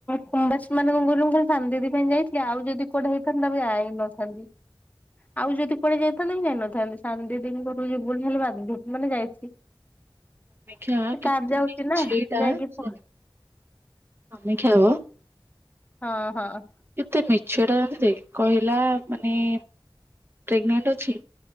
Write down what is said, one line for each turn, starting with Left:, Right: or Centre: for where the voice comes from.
Left: କୁମ୍ଭଶ୍ରୀ ମାନେ ଗୁଙ୍ଗୁ ସାନ୍ଦଦି ପାଇଁ ଯାଇଥିଲି ଆଉ ଯଦି କୁଆଡେ ହେଇଥାନ୍ତା ଯାଇନଥାନ୍ତି। ଆଉ ଯଦି କୁଆଡେ ଯାଇଥାନ୍ତେ ମୁଁ ଯାଇନଥାନ୍ତି ସନ୍ଦିଦିଙ୍କ ଘରୁକୁ ଯିବୁ ବୋଲି ଭାବିଲି ହେଲେ ବା ମାନେ ଯାଇଛି।
Right: ସମୀକ୍ଷା
Left: ସେ
Right: କି
Left: କାର ଯାଉଛି ନା
Right: ଛିଟା
Left: ଯାଇକି ହଁ
Right: ସମମୀକ୍ଷାବା
Left: ହଁ ହଁ।
Right: ଏତେ ମିଛଟା ଜଣ ଦେ କହିଲା ମାନେ ପ୍ରେଗନଟ ଅଛି।